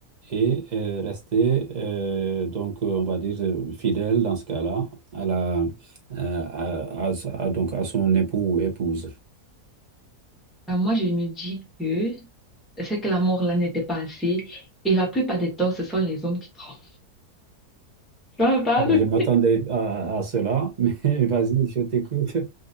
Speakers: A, on the right; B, in the centre.
A: et euh, rester, euh, donc euh, on va dire, euh, fidèle dans ce cas-là à la, euh, à, à- à- donc à son époux ou épouse.
B: Euh, Moi, je me dis que c'est que l'amour là n'était pas assez, et la plupart des temps, ce sont les hommes qui trompent. Tu vois, on parle.
A: Alors, je m'attendais à, à cela, mais <laughs> vas-y, je t'écoute.